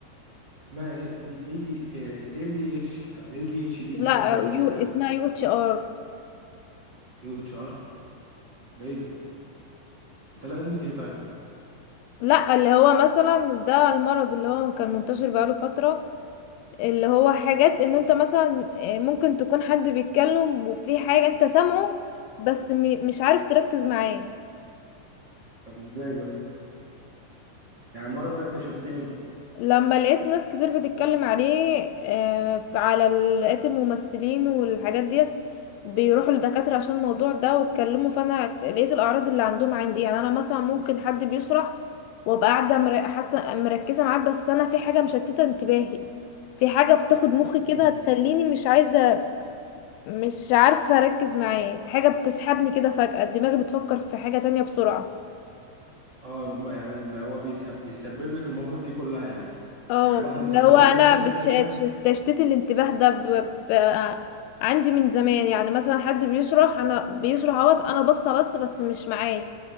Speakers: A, on the right; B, on the left.
A: اسمها ايه دي اي دي آه، ال دي اتش آه، ال دي اتش دي
B: لا
A: حاجه شبه
B: يو
A: كده
B: اسمها
A: اه
B: يو اتش ار
A: يو اتش ار ده ايه دي انت لازمه ايه طيب
B: لا اللي هو مثلا ده المرض اللي هو كان منتشر بقاله فتره اللي هو حاجات ان انت مثلا آه، ممكن تكون حد بيتكلم وفي حاجه انت سامعه بس م- مش عارف تركز معاه
A: طب ازاي ده يعني المرض ده اكتشفتيه امتى
B: لما لقيت ناس كتير بتتكلم عليه آه، على ال- لقيت الممثلين والحاجات ديت بيروحوا لدكاترة عشان الموضوع ده واتكلموا فانا لقيت الاعراض اللي عندهم عندي يعني انا مثلا ممكن حد بيشرح وابقى قاعدة مر- حاسة مركزة معاه بس انا في حاجة مشتتة انتباهي في حاجة بتاخد مخي كده
A: مم.
B: تخليني مش عايزة مش عارفة اركز معاه حاجة بتسحبني كده فجأة دماغي بتفكر في حاجة تانية بسرعة
A: اه الم- يعني اللي هو بيسبب, بيسبب لك المواقف دي كلها يعني
B: اه
A: يعني مثلا
B: اللي
A: سبب
B: هو انا
A: لك مشاكل
B: بتش-
A: تانية
B: تش- تشتيت الانتباه ده ب... ب... عندي من زمان يعني مثلا حد بيشرح انا بيشرح اهوت انا باصه بس بس مش معاه